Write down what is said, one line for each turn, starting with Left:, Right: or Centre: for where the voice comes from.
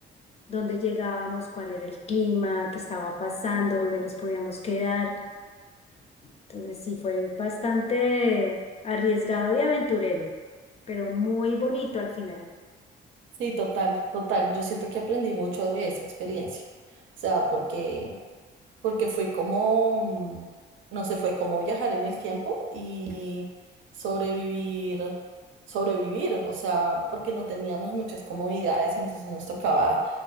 Left: dónde llegábamos, cuál era el clima, qué estaba pasando, dónde nos podíamos quedar. Entonces sí fue bastante arriesgado y aventurero, pero muy bonito al final.
Right: Sí, total, total. Yo siento que aprendí mucho de esa experiencia. O sea, porque, porque fue como, mm, no sé, fue como viajar en el tiempo y sobrevivir, sobrevivir. O sea, porque no teníamos muchas comodidades, entonces nos tocaba